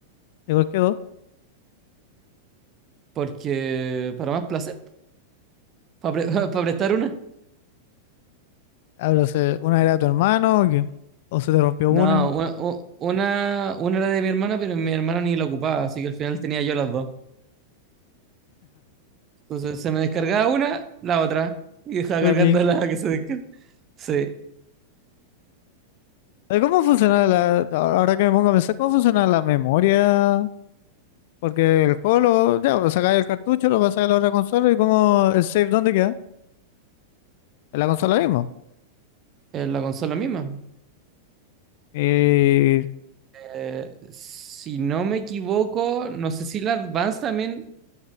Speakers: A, on the left; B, on the right.
A: ¿De ¿qué dos?
B: Porque, para más placer, para, <laughs> prestar una.
A: Hablo, se- ¿una era tu hermano o qué? ¿O se te rompió
B: No,
A: una?
B: u- u- una, una era de mi hermana, pero mi hermana ni la ocupaba, así que al final tenía yo las dos. Entonces se me descargaba una, la otra, y dejaba
A: ¿O
B: cargando
A: qué?
B: la que se descarga. Sí,
A: Eh, ¿Cómo funciona la, ahora ahora que me pongo a pensar, cómo funciona la memoria? Porque el juego, lo, ya, pues sacáis el cartucho, lo pasáis a la otra consola y cómo el save, ¿dónde queda? En la consola mismo.
B: en la consola misma.
A: Y
B: Eh, si no me equivoco, no sé si la Advance también